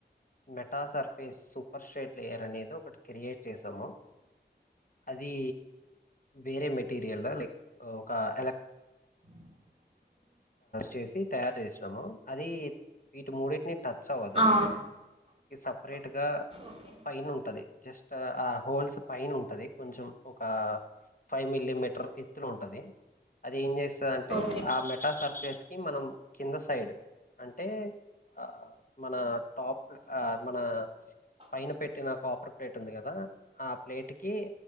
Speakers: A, on the left (about 50°); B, on the right (about 35°).
A: meta surface superstrate layer అనేది ఒకటి క్రియేట్ చేసాము, అది! వేరే మెటీరియల్ లైక్ ఒక ఎలక్ చేసి తయారు చేసినాము అది వీటి మూడింటిని టచ్ అవ్వదు.
B: ఆ
A: సపరేట్ గా
B: ఓకే
A: పైనుంటది జస్ట్ ఆ హోల్స్ పైైన ఉంటది కొంచం ఒక ఫైవ్ మిల్లీమీటర్ ఎత్తులు ఉంటది అది ఏం చేస్.. అంటే
B: ఓకే
A: ఆమెె అటా సర్ఫేస్ కి మనం కింద సైడ్, అంటే ఆ మన టాప్ ఆ మన పైన పెట్టిన కాపర్ ప్లేట్ ఉంది కదా ఆ ప్లేట్ కి..